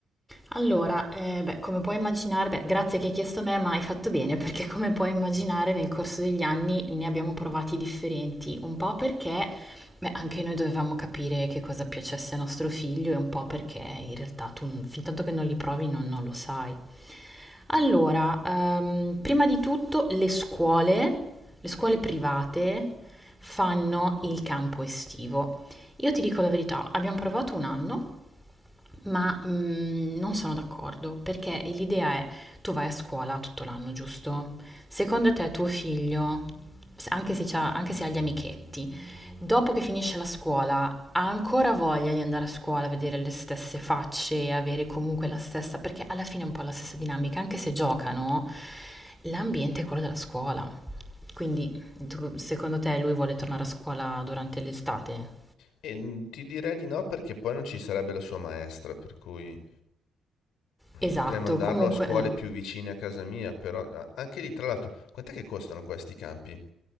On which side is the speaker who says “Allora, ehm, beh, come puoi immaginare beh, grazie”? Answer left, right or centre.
Centre